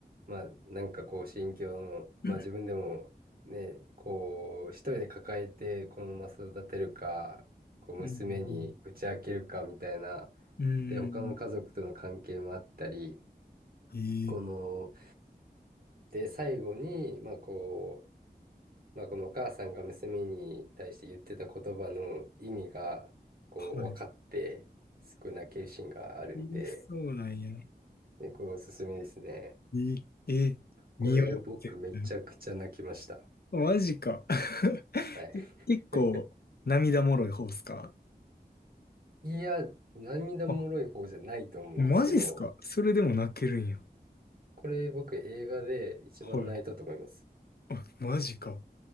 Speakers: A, on the right; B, on the left.
A: まあ、なんかこう、心境の、
B: うん。
A: まあ、自分でもね、こう、一人で抱えてこのまま育てるか、こう、娘に打ち明けるかみたいな、
B: うんうんうん。
A: で、他の家族との関係もあったり、
B: うんうんうんええ
A: この、で、最後に、まあこう、まあ、このお母さんが娘に対して言ってた言葉の意味が、こう、
B: はい。
A: 分かって、すごい泣けるシーンがあるんで、
B: ええそうなんや。
A: で、これおすすめですね。
B: い、え、見よう、
A: これ僕めちゃくちゃ泣きました。
B: 絶対。マジか。<laughs>
A: はい。
B: 結構、
A: <laughs>
B: 涙もろい方っすか
A: いや、涙もろい方じゃないと思うんですけど、
B: あ、マジっすかそれでも泣けるんや。
A: これ僕映画で一番泣いたと思います。
B: はい。あ、マジか。